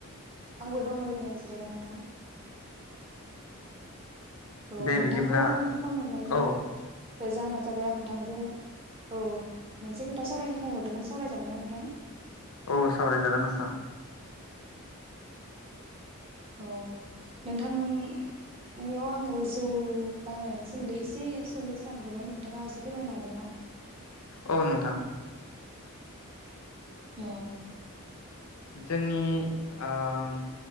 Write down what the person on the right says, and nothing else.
आंबो दं ओरनो जिरायना नोंथां। औ
नोंथांखौ
आं फन हरनायनि
ओ जाहोना जाबाय आं नोंथांजों औ मोनसे खोथा सावरायनो थाखाय हरदोंमोन सावरायजागोन ना नोंथां?
औ नोंथांनियाव आङो जौ बानायनायनि सोमोन्दै एसे सोंनो सोलांदोंमोन नोंथाङा एसे फोरमायनो हागोन ना?
औ।